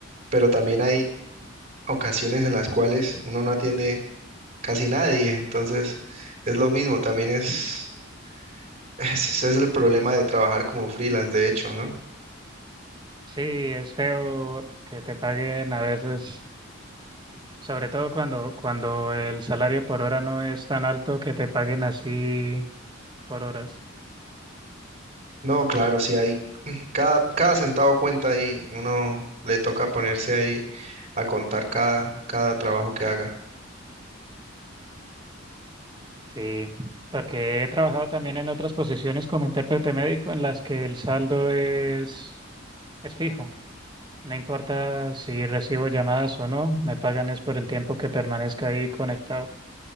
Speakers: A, on the right; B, on the right.
A: pero también hay ocasiones en las cuales uno no atiende casi nadie, entonces es lo mismo, también es, <laughs> es- ese es el problema de trabajar como freelance, de hecho, ¿no?
B: Sí, es feo que te paguen a veces, sobre todo cuando, cuando el salario por hora no es tan alto que te paguen así por horas.
A: No, claro, si hay, <clears throat> cada, cada centavo cuenta ahí, uno le toca ponerse ahí a contar cada, cada trabajo que haga.
B: Sí, porque he trabajado también en otras posiciones como intérprete médico en las que el saldo es, es fijo. No importa si recibo llamadas o no, me pagan es por el tiempo que permanezca ahí conectado.